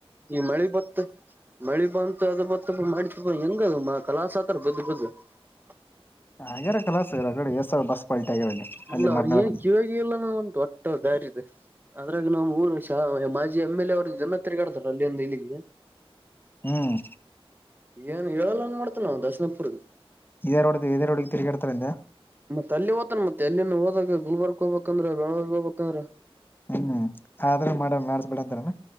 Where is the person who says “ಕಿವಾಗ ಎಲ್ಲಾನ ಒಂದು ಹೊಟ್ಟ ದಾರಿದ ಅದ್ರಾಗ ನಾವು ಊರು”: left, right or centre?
Right